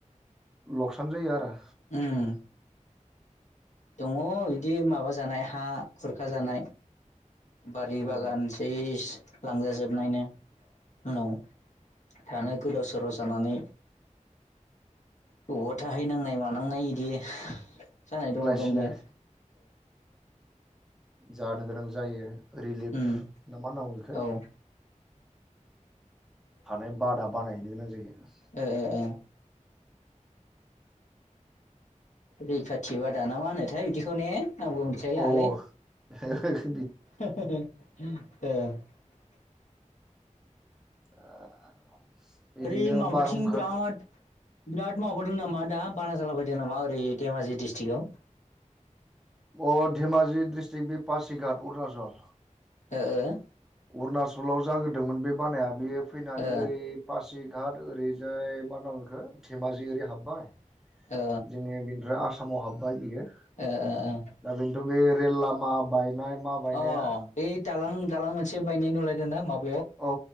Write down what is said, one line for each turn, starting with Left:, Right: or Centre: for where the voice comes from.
Centre: लकसान जायो आरो।
Left: उम दङ बिदि माबा जानाय हा खुरखाजानाय बारि
Centre: आलाय
Left: बागान सेस लांजाजोबनायनो। उनाव थानो गोदाव सोराव जानानै बबावबा थाहैनांनाय मानांनाय बिदि जानाय दङ दंनाया
Centre: सिलाय जानो गोनां जायो रिलिफ
Left: उम
Centre: ना मा होननांगौ बेखौ
Left: औ ओ
Centre: हानाय बादा बानायहैनो गोनां जायो।
Left: ओ ओ रैखाथि बादा ना मा होनोथाय बिदिखौ ने आंबो मिथिलाय लाङालै।
Centre: औ <inaudible>
Left: <inaudible>
Centre: <inaudible> बिदिनो
Left: ओरै माबाथिं
Centre: बारहुंखाथ'
Left: बिराद बिराद माबादों नामा दा बानाजाला बायदों नामा ओरै धेमाजि डिस्ट्रिक्आव
Centre: अ धेमाजि डिस्ट्रिक् बे पासिघाट अरुणचल।
Left: ओ ओ
Centre: अरुणाचलाव जागोरदोंमोन बे बानाया बेयो फैनानै
Left: ओ
Centre: ओरै पासि गाद ओरैजाय मा होननांगौ बेखौ धेमाजि ओरै हाबबाय
Left: ओ
Centre: जोङो बेनिफ्राय आसामाव हाबबाय बियो।
Left: ओ ओ ओं
Centre: दा बेनोथ' बे रेल लामा बायनाय मा बायनाया
Left: अ बे दालां दालां मोनसे बायनाय नुलायदों ना माबा
Centre: औ